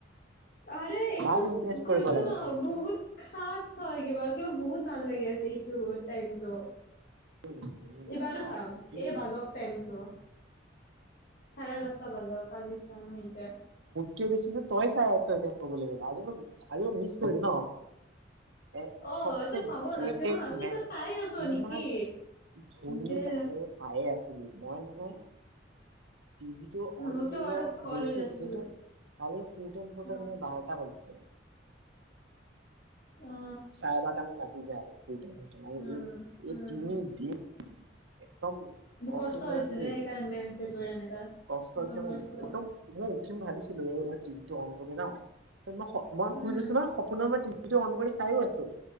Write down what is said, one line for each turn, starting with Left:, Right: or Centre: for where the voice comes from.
Left: আৰে এইটো
Right: কাক ইমপ্ৰেছ
Left: কৈছো
Right: কৰিব লাগে
Left: ন
Right: তহঁতে
Left: বহুত খচ হয় কিবা কিবা বহুত ভাল লাগে। আছে এইটো টাইমটো
Right: এই
Left: এইবাৰো চাম
Right: কি
Left: এই
Right: মানে
Left: বাজক টাইমটো চাৰে দশটা বাজা কজি চাওঁ ম এতিয়া
Right: ক বেছিছ তই চাই আছ এ কমলে আজি ম আজি মই মিছ কৰিলি ন এ
Left: অ
Right: চবচে
Left: এইটো চাব
Right: গ্ৰেটেষ্ট
Left: লাগছি মই ভাবছো
Right: মেচ
Left: তই চাই আছ
Right: ইমান
Left: নেকি
Right: ধনীৰে
Left: দে
Right: চাই আছিলো মই মানে টিভি টো
Left: মোৰতো
Right: অন কৰিব
Left: আৰু কলেজ
Right: গৈছো
Left: আছিল
Right: কিন্তু কালি সুটন সুটনে
Left: অ
Right: বাৰটা বাজিছে।
Left: অ
Right: চাৰে বাৰটা মান বাজি যায় আৰু
Left: উম
Right: এই, এই
Left: উম
Right: তিনি দিন একদম
Left: মোৰ
Right: কণ্টিনিয়াছলি
Left: কষ্ট হৈছে যে সেইকাৰণে হৈছে তোৰ এনেকা
Right: কষ্ট হৈছে।
Left: গম
Right: মই
Left: পাইছো
Right: একদম মই, উঠিম ভাবিছিলোঁ। এইবাৰ টিভি <unintelligible> মই, মই
Left: উম
Right: শুই গৈছোঁ ন' সপোনত মই সেইটো অন কৰি চাইও আছোঁ।